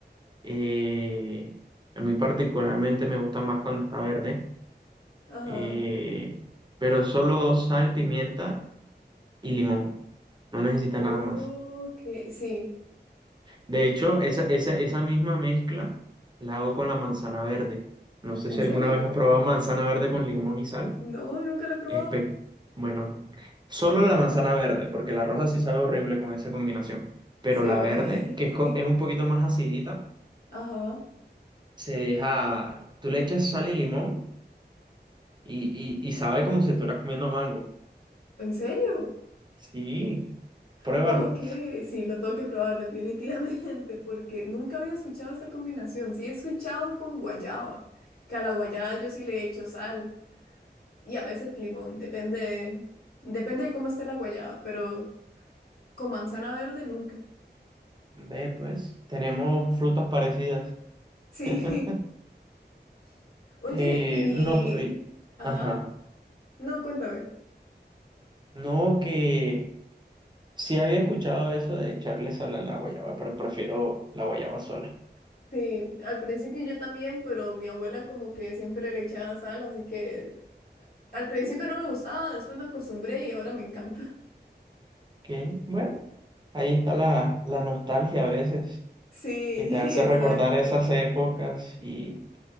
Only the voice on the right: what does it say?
Eh, a mí particularmente me gusta más cuando está verde.
Eh, pero solo sal, pimienta y limón. No necesita
nada más.
De hecho, esa, esa, esa misma mezcla la hago con la manzana verde. No sé
si
alguna vez has probado manzana verde con limón y sal.
Espe- Bueno, solo la manzana verde, porque la roja sí sabe horrible con esa combinación. Pero
la verde,
que es, co-
es un poquito más acidita,
se deja. Tú le echas sal y limón y, y, y sabe como si estuvieras comiendo mango.
Sí, pruébalo.
Ok,
ve pues, tenemos frutas parecidas.
<laughs>
Eh,
no, pero.
Ajá.
No, que sí había escuchado eso de echarle sal a la guayaba, pero prefiero la guayaba sola.
que, bueno, ahí está la, la nostalgia a veces,
que te hace
recordar esas épocas y,